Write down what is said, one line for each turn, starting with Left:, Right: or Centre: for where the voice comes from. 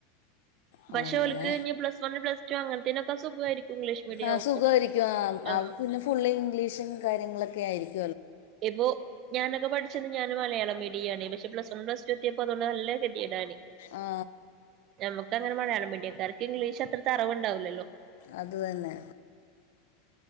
Left: ആ,
Right: പക്ഷേ
Left: അങ്ങനെ
Right: ഓൽക്ക് ഇഞ്ഞ് പ്ലസ് ഒന്ന് പ്ലസ് ടൂ അങ്ങനത്തെയ്നെക്കെ സുഖായിരിക്കും ഇംഗ്ലീഷ് മീഡിയം
Left: ആ
Right: ആവുമ്പോ
Left: സുഖമായിരിക്കും
Right: ആഹ്
Left: ആ പിന്നെ ഫുള്ള് ഇംഗ്ലീഷും കാര്യങ്ങളൊക്കെ ആയിരിക്കും.
Right: ഇപ്പോഞാനൊക്കെ പഠിച്ചത് ഞാൻ മലയാളം മീഡിയ ആണ് പക്ഷെ പ്ലസ് ഞൻ പ്ലസ്റ്റു എത്തിയപ്പോ നല്ല ഗതിയടാണി.
Left: ആ
Right: നമുക്ക് അങ്ങനെ മലയാളം മീഡിയക്കാർക്ക് ഇംഗ്ലീഷ് അത്ര അറിവ്ണ്ടാവില്ലല്ലോ?
Left: അതു തന്നെ.